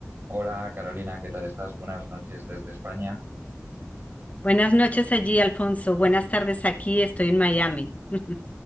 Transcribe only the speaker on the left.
Buenas noches allí, Alfonso. Buenas tardes aquí, estoy en Miami. <laughs>